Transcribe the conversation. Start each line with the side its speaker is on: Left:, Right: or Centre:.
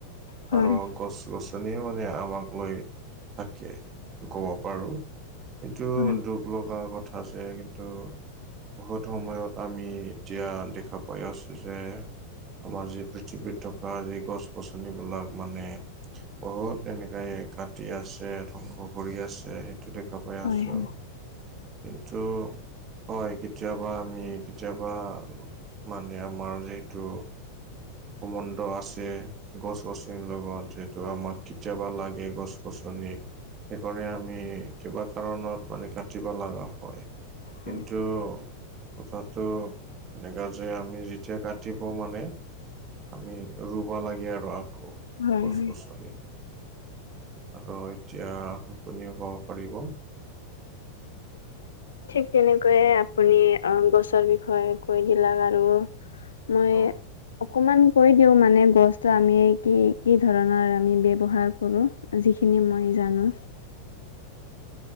Left: হয়
Right: আৰু গছ - গছ এনেও মানে আমাক লৈ থাকে এইটো ক'ব পাৰোঁ কিন্তু
Left: হয়
Right: দু লগা কথা যে কিন্তু বহুত সময়ত আমি এতিয়া দেখা পাই আছো যে আমাৰ যি পৃথিৱীত থকা যি গছ- গছনিবিলাক মানে বহুত এনেকাই কাটি আছে, ধ্বংস কৰি আছে টো দেখা পাই
Left: হয়
Right: আছোঁ
Left: হয়।
Right: কিন্তু হয় কেতিয়াবা আমি কেতিয়াবা মানে আমাৰ যিহেতু সম্বন্ধ আছে গছ - গছনিৰ লগত যিহেতু আমাক কেতিয়াবা লাগে গছ - গছনিক সেইকাৰণে আমি কিবা কাৰণত মানে কাটিব লাগা হয়
Left: হয়।
Right: কিন্তু কথাটো এনেকা যে আমি যেতিয়া কাটিব মানে আমি ৰুব লাগে আৰু আকৌ
Left: হয়
Right: গছ
Left: হয়।
Right: - গছনি। আৰু এতিয়া আপুনিও ক'ব পাৰিব
Left: ঠিক তেনেকৈয়ে আপুনি গছৰ বিষয়ে কৈ দিলাক আৰু মই
Right: অ
Left: অকমান কৈ দিওঁ মানে গছটো আমি কি কি ধৰণৰ আমি ব্যৱহাৰ কৰো। যিখিনি মই জানো।